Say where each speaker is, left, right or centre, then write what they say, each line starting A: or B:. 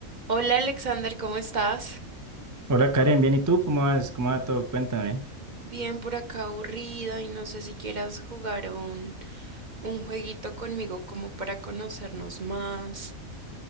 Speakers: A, on the right (about 40°); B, on the right (about 25°).
A: Hola Alexander, ¿cómo estás?
B: Hola Karen, bien, ¿y tú? ¿Cómo vas? ¿Cómo va todo? Cuéntame.
A: Bien por acá aburrida y no sé si quieras jugar a un, un jueguito conmigo como para conocernos más.